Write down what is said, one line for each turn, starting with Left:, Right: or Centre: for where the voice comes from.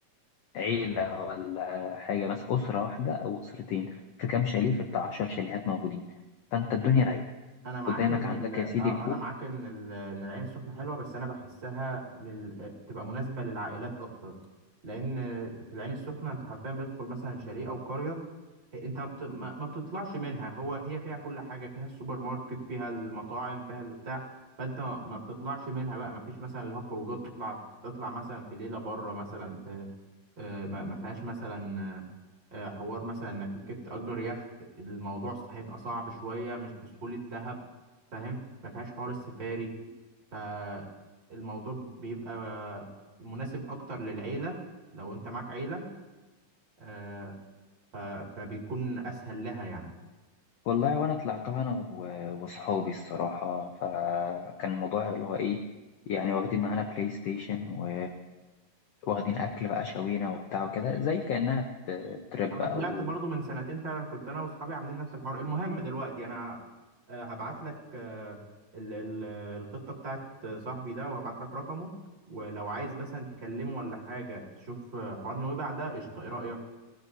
Left: عيلة ولا حاجة بس أسرة واحدة أو أسرتين في كام شاليه في بتاع عشر شاليهات موجودين فأنت الدنيا رايقة
Right: انا معاك
Left: قدامك
Right: ان
Left: عندك
Right: ال... آه،
Left: يا سيدي البول
Right: انا معاك ان ال... ان العين السخنه حلوه بس انا بحسها لل... آه، تبقى مناسبه للعائلات اكتر لان في العين السخنه انت حرفيا بتدخل مثلا شاليه او قريه انت ما بت- ما- ما بتطلعش منها هو هي فيها كل حاجه فيها السوبر ماركت فيها المطاعم فيها البتاع فانت ما ما بتطلعش منها بقى ما فيش مثلا اللي هو خروجات تطلع تطلع مثلا في ليله بره مثلا ت... آه، ما ما فيهاش مثلا آه، آه، حوار مثلا انك ممكن تأجر يخت الموضوع ص- هيبقى صعب شويه مش بسهوله دهب فاهم ما فيهاش حوار السفاري فالموضوع بيبقى مناسب اكتر للعيله لو انت معاك عيله آه، فبيكون اسهل لها يعني
Left: والله وانا طلعتها انا و- واصحابي الصراحه فكان الموضوع اللي هو ايه يعني واخدين معانا بلاي ستيشن و واخدين اكل بقى شوينا وبتاع وكده زي كانها ت- ترip
Right: انا
Left: او
Right: طلعت برضو من سنتين فعلا كنت انا واصحابي عاملين نفس الحوار المهم دلوقتي انا آه، هبعت لك آه، ال- ال- الخطة بتاعت صاحبي ده وهبعت لك رقمه ولو عايز مثلا تكلمه ولا حاجة تشوف آه، حوار نويبع ده قشطة ايه رأيك